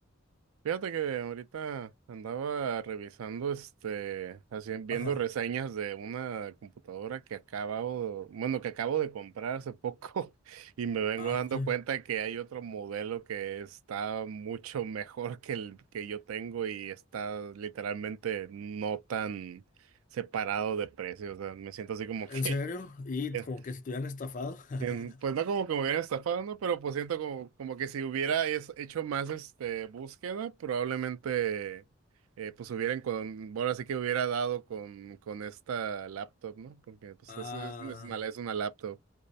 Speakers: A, on the right (about 85°); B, on the left (about 40°).
A: Fíjate que ahorita andaba revisando, este, así, viendo
B: Ajá.
A: reseñas de una computadora que acabo, bueno, que acabo de comprar hace poco <laughs> y me vengo
B: Ah,
A: dando
B: ¿qué?
A: cuenta que hay otro modelo que está mucho mejor que el que yo tengo y está literalmente no tan separado de precio. O sea, me siento así como
B: ¿En
A: que
B: serio? Y
A: <laughs>
B: como que si te hubieran estafado. <laughs>
A: Bien, Pues no como que me hubieran estafado, ¿no? Pero pues siento como, como que si hubiera es- hecho más este búsqueda, probablemente eh, pues hubieran con, bueno, sí que hubiera dado con, con esta laptop, ¿no? Porque pues
B: Ah,
A: es, es, es una, es una laptop.